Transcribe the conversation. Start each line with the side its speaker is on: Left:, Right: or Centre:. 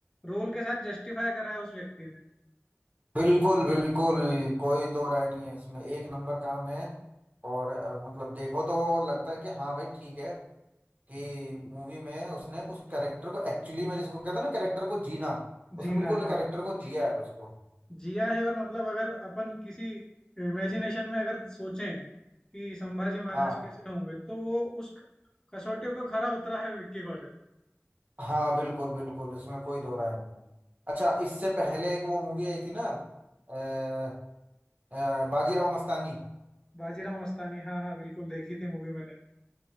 Left: रोल के साथ जस्टिफाई करा है उस व्यक्ति ने
Right: बिल्कुल बिल्कुल कोई दो राय नहीं है इसमें एक
Left: हाँ।
Right: नंबर काम है और अ, मतलब देखो तो वो लगता है कि हाँ भाई ठीक है कि मूवी में उसने उस कैरेक्टर को एक्चुअली में जिसको कहता है ना कैरेक्टर को जीना उसने
Left: जीना
Right: बिल्कुल
Left: हाँ
Right: कैरेक्टर को जिया है उसको
Left: जिया है और मतलब अगर अपन किसी इमेजिनेशन में अगर सोचें कि संभाजी महाराज
Right: हाँ
Left: कैसे होंगे तो वो उस कसौटियों पे खरा उतरा है विक्की कौशल
Right: हाँ बिल्कुल बिल्कुल इसमें कोई दो राय नहीं है अच्छा इससे पहले एक वो मूवी आई थी ना अ, अ, बाजीराव मस्तानी
Left: बाजीराव मस्तानी हाँ हाँ बिल्कुल देखी थी मूवी मैंने